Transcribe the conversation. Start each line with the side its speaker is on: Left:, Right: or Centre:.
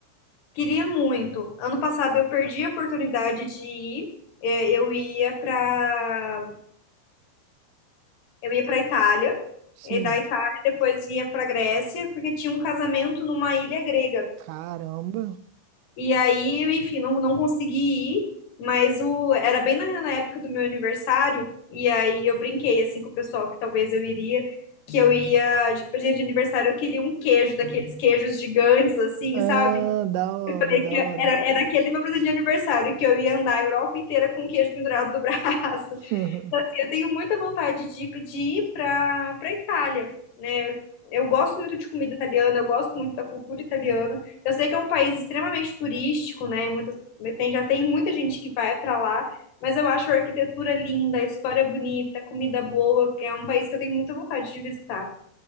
Left: Queria muito. Ano passado eu perdi a oportunidade de ir. É, Eu ia pra eu ia para Itália,
Right: Sim.
Left: e da Itália depois ia pra Grécia, porque tinha um casamento numa ilha grega.
Right: Caramba.
Left: E aí, enfim, não, não consegui ir, mas o, era bem na, na época do meu aniversário, e aí eu brinquei assim com o pessoal que talvez eu iria, que eu ia de presente de aniversário, eu queria um queijo, daqueles queijos gigantes, assim,
Right: Ah,
Left: sabe?
Right: da hora,
Left: É
Right: da
Left: que
Right: hora.
Left: Era, era aquele meu presente de aniversário, que eu ia andar a Europa inteira com o queijo pendurado do <laughs> braço.
Right: <laughs>
Left: Assim, eu tenho muita vontade de, de ir para para Itália, né? Eu gosto muito de comida italiana, eu gosto muito da cultura italiana. Eu sei que é um país extremamente turístico, né? Muitas, tem, já tem muita gente que vai para lá, mas eu acho a arquitetura linda, a história bonita, a comida boa. É um país que eu tenho muita vontade de visitar.